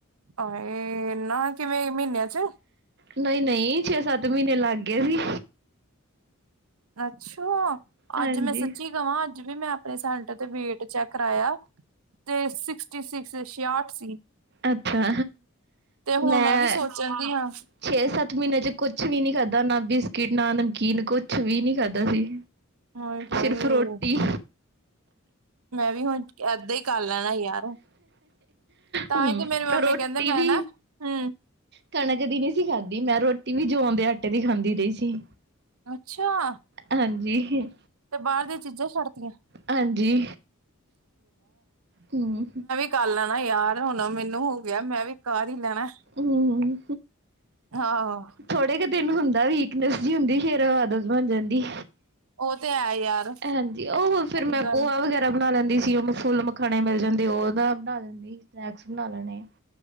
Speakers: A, on the right; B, on the right.
A: ਇਹ ਨਾ ਕਿਵੇਂ ਮਹੀਨਿਆਂ ਚ।
B: ਨਹੀਂ ਨਹੀਂ ਛੇ ਸੱਤ ਮਹੀਨੇ ਲੱਗ ਗਏ ਸੀ।
A: ਅੱਛਾ
B: ਹਾਂਜੀ।
A: ਅੱਜ ਮੈਂ ਸੱਚੀ ਕਵਾਂ ਅੱਜ ਵੀ ਮੈਂ ਆਪਣੇ ਸੈਂਟਰ ਤੇ ਵੇਟ ਚੈੱਕ ਕਰਾਇਆ। ਤੇ ਸਿਕਸਟੀ ਸਿਕਸ, ਛਿਆਹਠ ਸੀ।
B: ਅੱਛਾ
A: ਤੇ ਹੁਣ
B: ਮੈਂ
A: ਵੀ ਸੋਚਣ ਦੀ ਹਾਂ
B: ਛੇ ਸੱਤ ਮਹੀਨਿਆਂ ਚ ਕੁੱਛ ਵੀ ਨੀ ਖਾਧਾ ਨਾ ਬਿਸਕਿਟ ਨਾ ਨਮਕੀਨ ਕੁਛ ਵੀ ਨੀ ਖਾਧਾ ਸੀ।
A: ਹਾਏ ਹੋਏ
B: ਸਿਰਫ ਰੋਟੀ
A: ਮੈਂ ਵੀ ਹੁਣ ਏਦਾਂ ਹੀ ਕਰ ਲੈਣਾ ਯਾਰ ਤਾਂ
B: ਹੂੰ,
A: ਹੀ ਤੇ ਮੇਰੀ ਮੰਮੀ
B: ਰੋਟੀ
A: ਕਹਿੰਦੇ ਮੈਂ
B: ਵੀ
A: ਨਾ ਹੂੰ।
B: ਕਣਕ ਦੀ ਨਹੀਂ ਸੀ ਖਾਧੀ ਮੈਂ ਰੋਟੀ ਵੀ ਜੋਆ ਦੇ ਆਟੇ ਦੀ ਖਾਂਦੀ ਰਹੀ ਸੀ।
A: ਅੱਛਾ,
B: ਹਾਂਜੀ।
A: ਤੇ ਬਾਹਰ ਦੀਆਂ ਚੀਜ਼ਾਂ ਛੱਡਦੀਆਂ।
B: ਹਾਂਜੀ ਹੂੰ,
A: ਕਰ ਲੈਣਾ ਯਾਰ ਹੁਣ ਮੈਨੂੰ ਹੋ ਗਿਆ ਮੈਂ ਵੀ ਕਰ ਹੀ ਲੈਣਾ।
B: ਹੂੰ,
A: ਆਹੋ
B: ਥੋੜੇ ਕੁ ਦਿਨ ਹੁੰਦਾ ਵੀਕਨੈਸ ਜੀ ਹੁੰਦੀ ਫੇਰ ਆਦਤ ਬਣ ਜਾਂਦੀ।
A: ਉਹ ਤੇ ਹੈ ਯਾਰ।
B: ਹਾਂਜੀ ਉਹ ਫਿਰ
A: ਸਹੀ
B: ਮੈਂ
A: ਗੱਲ
B: ਭੋਆ ਵਗੈਰਾ। ਬਣਾ ਲੈਂਦੀ ਸੀ ਉਹ ਫੁੱਲ ਮਖਾਣੇ ਮਿਲ ਜਾਂਦੇ ਉਹਦਾ ਬਣਾ ਲੈਂਦੀ ਸੀ ਸਨੈਕਸ ਬਣਾ ਲੈਣੇ।